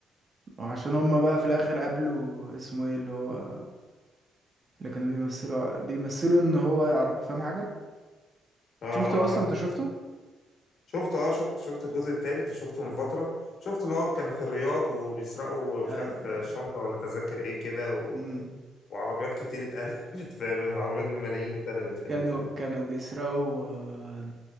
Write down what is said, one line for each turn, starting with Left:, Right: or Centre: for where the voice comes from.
Right: وعشان هم بقى في الاخر قابلوا اسمه ايه اللي هو اللي كانوا بيمثلوا بيمثلوا ان هو يعرف فاهم حاجه
Left: اه
Right: شفته
Left: اه
Right: اصلا
Left: فاهمك
Right: انت شفته
Left: فاهم شفت اه شفت شفت الجزء التالت شفته من
Right: امم
Left: فتره شفت اللي هو كانوا في الرياض وبيسرقوا مش
Right: ايوه
Left: عارف شنطه ولا تذاكر ايه كده و...
Right: مم.
Left: وعربيات كتير اتقلبت <laughs> في عربيات بملايين اتقلبت في
Right: كانوا
Left: ال... في ال...
Right: كانوا بيسرقوا آه،